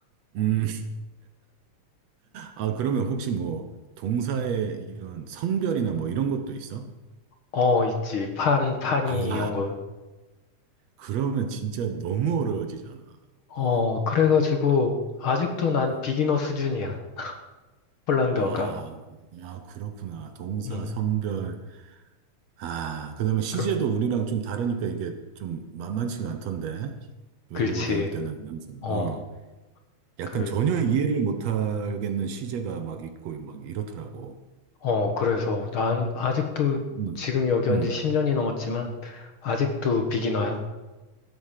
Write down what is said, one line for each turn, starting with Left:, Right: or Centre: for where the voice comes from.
Right: 음. 아, 그러면 혹시 뭐 동사의 이런 성별이나 뭐 이런 것도 있어?
Left: 어, 있지. 판, 파니,
Right: 아, 아니,
Left: 이런 거.
Right: 그러면 진짜 너무 어려워지잖아.
Left: 어,
Right: 어.
Left: 그래가지고, 아직도 난
Right: 음.
Left: 비기너 수준이야. 폴란드어가.
Right: 아, 야, 그렇구나. 동사,
Left: 음,
Right: 성별. 아, 그다음에 시제도
Left: 그,
Right: 우리랑 좀 다르니까 이게 좀 만만치가 않던데. 외국어
Left: 그렇지.
Right: 배울 때는 항상.
Left: 어,
Right: 어. 약간
Left: 그,
Right: 전혀 이해를 못하겠는 시제가 막 있고 막 이렇더라고.
Left: 어, 그래서 난 아직도
Right: 음.
Left: 지금 여기 온
Right: 음.
Left: 지 10년이 넘었지만, 아직도 비기너야.